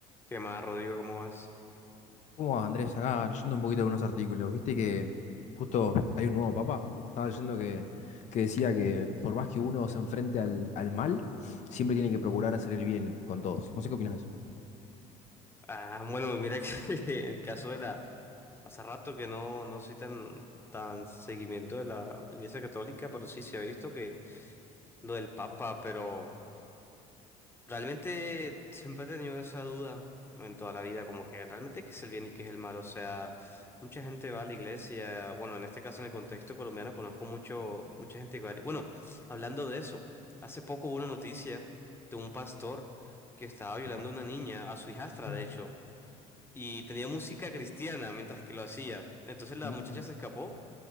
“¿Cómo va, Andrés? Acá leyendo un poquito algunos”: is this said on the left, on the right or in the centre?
Left